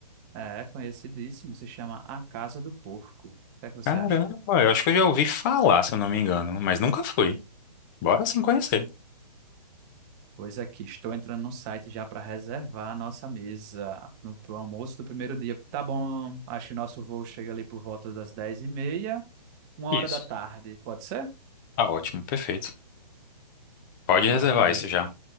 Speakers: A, on the right; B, on the left.
A: É conhecidíssimo, se chama A Casa do Porco. O que é que você
B: Caramba,
A: acha?
B: eu acho que eu já ouvi falar, se eu não me engano, mas nunca fui. Bora sim conhecer.
A: Pois aqui, estou entrando no site já para reservar a nossa mesa no pro almoço do primeiro dia. Tá bom, acho que nosso voo chega ali por volta das dez e meia uma
B: Isso.
A: hora da tarde, pode ser?
B: Tá ótimo, perfeito. Pode
A: Ai,
B: reservar
A: maravilhoso.
B: isso já.